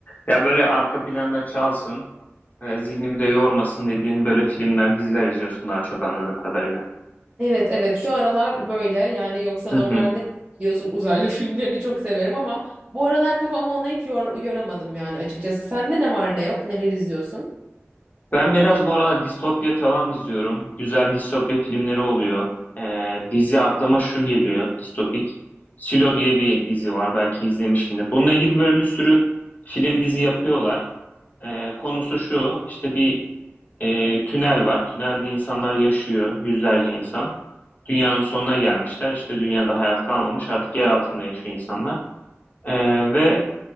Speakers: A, on the left; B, on the right.
A: Ya böyle arka planda çalsın, e, zihnimi de yormasın dediğin böyle filmler, diziler izliyorsun daha çok anladığım kadarıyla.
B: Evet evet şu aralar böyle yani yoksa
A: Hı
B: normalde
A: hı.
B: biliyorsun uzaylı <laughs> filmlerini çok severim ama bu aralar kafamı ona hiç yor yoramadım yani açıkçası. Sende ne var ne yok neler izliyorsun?
A: Ben biraz bu arada distopya falan izliyorum. Güzel distopya filmleri oluyor. E, dizi aklıma şu geliyor, distopik. Silo diye bir dizi var, belki izlemişsindir. Bununla ilgili böyle bir sürü film dizi yapıyorlar. E, konusu şu, işte bir e, tünel var. Tünelde insanlar yaşıyor, yüzlerce insan. Dünyanın sonuna gelmişler. İşte dünyada hayat kalmamış. Artık yer altında yaşıyor insanlar. E, ve